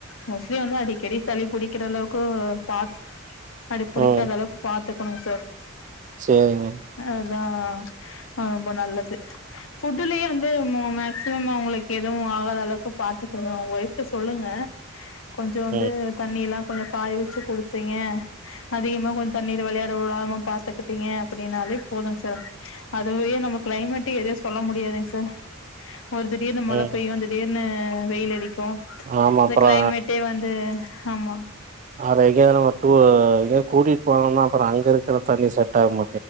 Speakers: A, on the left (about 70°); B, on the right (about 35°).
A: மோஸ்ட்லி வந்து அடிக்கடி சளி புடிக்கிற அளவுக்கு பா சளி புடிக்காதளவுக்கு
B: ம்
A: பாத்துக்கணுங் சார்
B: சேரிங்க
A: அதா ஆ ரொம்ப நல்லது ஃபுட்லயே வந்து மோ மேக்சிமம் அவுங்களுக்கு எது வு ஆகாதளவுக்கு பாத்துக்கங்க ஒங்க ஒய்ஃப்ட்ட சொல்லுங்க கொஞ்சொ வந்து
B: ம்
A: தண்ணில்லா கொஞ்சோ காய வச்சு குடுத்தீங்க அதிகமா கொஞ்சோ தண்ணீல வெளயாட விடாம பாத்துக்கிட்டீங்க அப்டின்னாலே போது சார் அதுவே நம்ம கிளைமேட்டு எது சொல்ல முடியாதுங் சார் ஒரு திடீர்னு மழ
B: ம்
A: பெய்யு திடீர்னு வெயில் அடிக்கு
B: ஆமா
A: இந்த
B: அப்றோ
A: கிளைமேட்டே வந் து ஆமா
B: அத எங்கயாது நம்ம டூ எங்கயாது கூட்டிட் போனம்னா அப்றோ அங்கருக்ற தண்ணி செட் ஆக மா